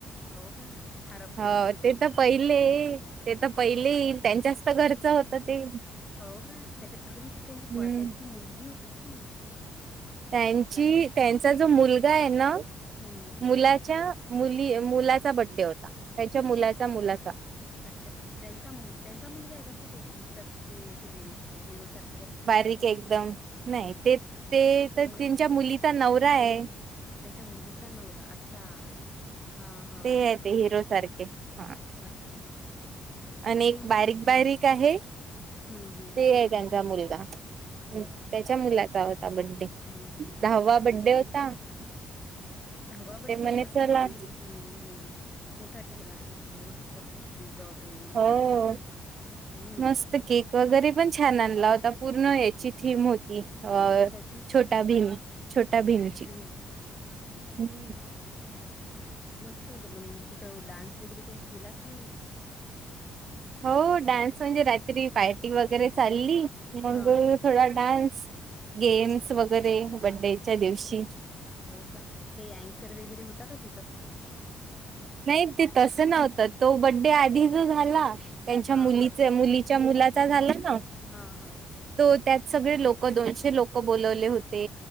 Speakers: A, on the left; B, on the right.
A: हो का हरपले
B: ह
A: होते
B: ते तर पहिले. ते तर पहिले त्यांच्यास्त घरच होत ते
A: हो का त्याच्या <inaudible>
B: हम्म
A: प त्यांची मुलगी होती का ती
B: त्यांची
A: प्लॅन
B: त्यांचा जो मुलगा आहे ना
A: हम्म हम्म
B: मुलाच्या मुल ती मुलाचा बड्डे होता त्यांच्या, मलचा मुलाचा..
A: अच्छा त्यांचा मु त्यांचा मुलगा आहे का ते दिसतात. ते असे ते हिरो सारख
B: बारीक एकदम नाही ते ते तर
A: ते नाही
B: त्यांच्या मुलीचा नवरा आहे.
A: त्यांच्या मुलीचा नवरा अच्छा हा. हा.
B: ते
A: हा.
B: आहे ते हिरो सारखे हा
A: अच्छा तेच
B: आणि एक
A: म्हणलं
B: बारीक,
A: हम्म
B: बारीक आहे
A: हम्म हम्म
B: ते आहे त्यांचा मुलगा.
A: हो
B: त्याच्या
A: का
B: मुलाचा होता बड्डे
A: हम्म हम्म
B: दहावा बड्डे होता.
A: <unintelligible> दहावा बड्डे
B: ते म्हणे
A: मस्त
B: चला
A: पण हम्म. हम्म मोठा केेला पण मस्त रिझॉर्ट वगैरे
B: हो
A: हम्म.
B: मस्त केक वगैरे पण छान आणला होता पूर्ण याची थीम होती अ
A: कशाची
B: छोट्या भीम छोट्या भीमची
A: ह <inaudible>
B: हम्म.
A: मस्त होत मन तिथं डान्स वगैरे काही केलात की नाही मन
B: हो डान्स म्हणजे रात्री पार्टी वगैरे चाल अल्ली मंग
A: हा हा
B: थोडा डान्स. गेम्स
A: हो
B: वगैरे
A: का
B: बड्डे च्या दिवशीच
A: हो का काही ॲकर वगैरे होता का तिथं
B: नाही ते तस नव्हतं तो बड्डे आधी जो झाला. त्यांच्या
A: हा
B: मुलीचे,
A: हा
B: मुलीच्या, मुलाचा झाला ना,
A: हा हा
B: तो त्यात सगळे लोक दोनशे लोक बोलवले होते